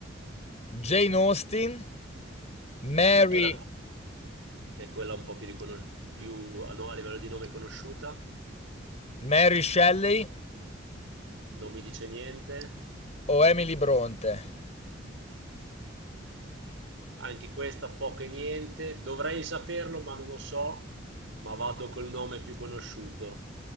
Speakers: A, on the left; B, on the right.
A: Jane Austen, Mary
B: <clears throat> eh, che, la- che è quella un po' più, riconos- più- ah, no, a livello di nome conosciuta,
A: Mary Shelley
B: non mi dice niente.
A: o Emily Bronte?
B: Anche questa poco e niente. Dovrei saperlo, ma non lo so. Ma vado col nome più conosciuto.